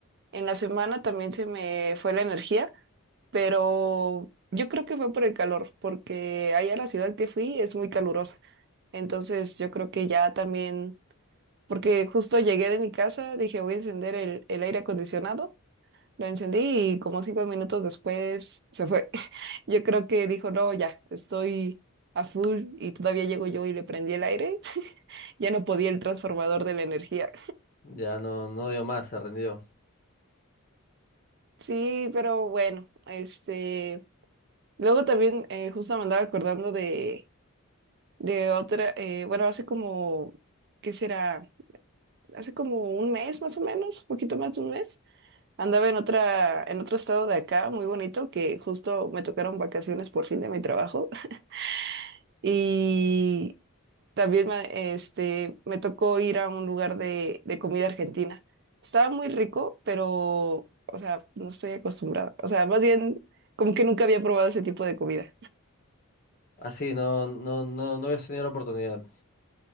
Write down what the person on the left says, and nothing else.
ya no no dio más, se rindió.
Así no no no no habías tenido la oportunidad.